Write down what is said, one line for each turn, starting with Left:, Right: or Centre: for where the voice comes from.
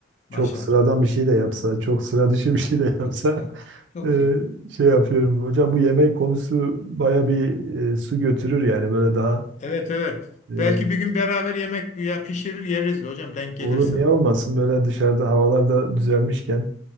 Left: Maşallah.
Right: çok sıradan bir şey de yapsa, çok sıra dışı bir şey de yapsa
Left: Çok güzel.
Right: <laughs>
Left: Çok
Right: e,
Left: iyi.
Right: şey yapıyorum. Hocam bu yemek konusu baya bir e, su götürür yani böyle daha
Left: Evet evet.
Right: e,
Left: Belki bir gün beraber yemek ya pişirir yeriz de hocam denk gelirsin.
Right: olur niye olmasın böyle dışarıda havalar da düzelmişken